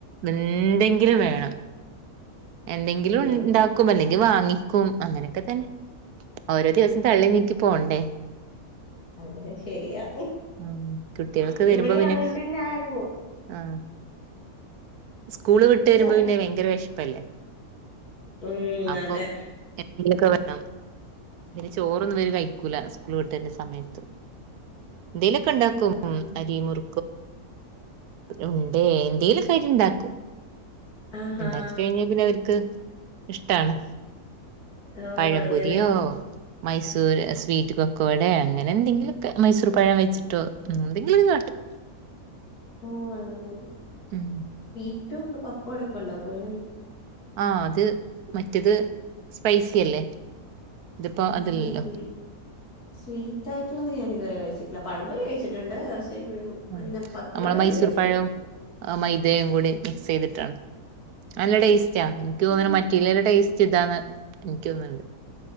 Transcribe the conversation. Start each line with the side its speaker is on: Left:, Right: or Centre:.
Right: എന്തെങ്കിലും വേണം എന്തെങ്കിലും
Left: ഉം
Right: ഉണ്ടാക്കും അല്ലെങ് വാങ്ങിക്കും അങ്ങനെയൊക്കെ തന്നെ ഓരോ ദിവസം തള്ളി നീക്കി പോണ്ടേ
Left: അതെ ശരിയാ
Right: ഉം കുട്ടികൾക്ക്
Left: അതിവിടെ
Right: വരുമ്പോ പിന്നെ
Left: അങ്ങനെ തന്നെ ആയിരുന്നു
Right: ആ സ്കൂള് വിട്ട് വരുമ്പോ
Left: ചായ
Right: പിന്നെ ഭയങ്കര വിശപ്പല്ലേ
Left: ഉം
Right: അപ്പം
Left: അതെ
Right: <unintelligible> വേണം ചോറൊന്നും ഇവര് കഴിക്കൂല സ്കൂൾ വിട്ട് വരണ സമയത്ത് എന്തേലു ഉണ്ടാക്കും
Left: ആഹ്
Right: അരി മുർ ഉണ്ടേ എന്തേലൊക്കെയായിട്ട് ഉണ്ടാക്കും
Left: ആഹാ
Right: ഇണ്ടാക്കി കഴിഞ്ഞാ പിന്നെ അവർക്ക് ഇഷ്ടാണ്
Left: ഓ
Right: പഴംപൊരിയോ
Left: അങ്ങനെ
Right: മൈസൂർ സ്വീറ്റ് കൊക്കോവടോ അങ്ങനെ എന്തെങ്കിലൊക്കെ മൈസൂർ പഴം വെച്ചിട്ടോ എന്തെങ്കിലും ഒക്കെ കാട്ടും
Left: ഓ അങ്ങനെ
Right: ഉം
Left: ഏറ്റവും പക്കവടൊക്കെ ഉണ്ടാക്കൂ അല്ലെ
Right: ആ അത് മറ്റേത് സ്പൈസി അല്ലേ ഇതിപ്പോ
Left: പിന്നെ
Right: അതില്ലല്ലോ
Left: സ്വീ സ്വീറ്റ് ആയിട്ടുള്ളത് ഞാൻ ഇതുവരെ കഴിച്ചിട്ടില്ല പഴംപൊരി കഴിച്ചിട്ടുണ്ട്
Right: ഉം
Left: അങ്ങനെ പക്വട
Right: നമ്മള്
Left: ഒന്നും
Right: മൈസൂർ
Left: കഴിച്ചിട്ടില്ല
Right: പഴവും മൈദയും കൂടി മിക്സ് ചെയ്തിട്ടാണ് നല്ല ടേസ്റ്റാ
Left: ആഹാ.
Right: എനിക്ക് തോന്നണ് മറ്റല്ലല്ല ടേസ്റ്റ് ഇതാണ് എനിക്കൊന്ന് ഇണ്ട്